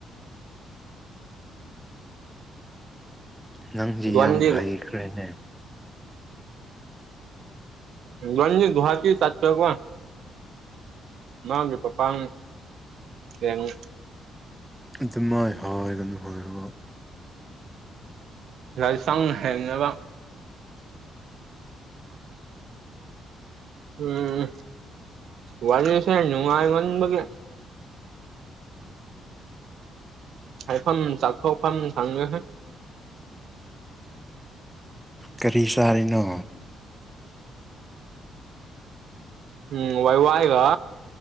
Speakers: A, in the centre; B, on the right.
A: ꯅꯪꯗꯤ
B: ꯗꯣꯟꯗꯤ
A: ꯌꯥꯝ ꯍꯩꯈ꯭ꯔꯦꯅꯦ
B: ꯅꯣꯏꯅꯤ ꯒꯨꯋꯥꯍꯥꯇꯤ ꯆꯠꯄꯀꯣ ꯃꯥꯒꯤ ꯄꯄꯥꯡ ꯌꯦꯡꯉꯨ
A: ꯑꯗꯨꯃꯥꯏ ꯍꯥꯏꯒꯅꯨ ꯍꯥꯏꯔꯒ
B: ꯒꯥꯔꯤ ꯆꯥꯡ ꯍꯦꯟꯅꯕ ꯎꯝ ꯋꯥꯔꯤꯁꯦ ꯅꯨꯡꯉꯥꯏ ꯃꯟꯕꯒꯤ ꯍꯥꯏꯐꯝ ꯆꯥꯎꯊꯣꯛꯐꯝ ꯈꯪꯉꯦꯍꯦ
A: ꯀꯔꯤ ꯆꯥꯔꯤꯅꯣ
B: ꯎꯝ ꯋꯥꯏ ꯋꯥꯏꯒ